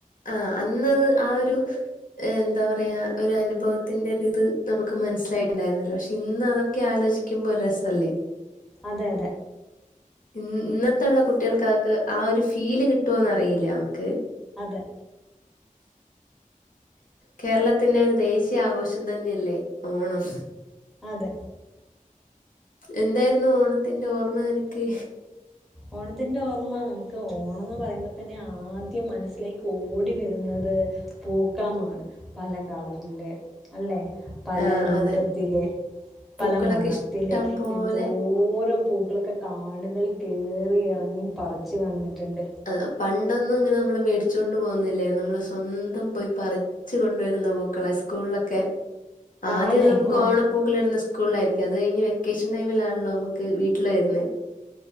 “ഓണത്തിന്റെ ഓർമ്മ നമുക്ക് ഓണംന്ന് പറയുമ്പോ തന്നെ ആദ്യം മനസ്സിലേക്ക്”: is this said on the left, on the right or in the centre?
Centre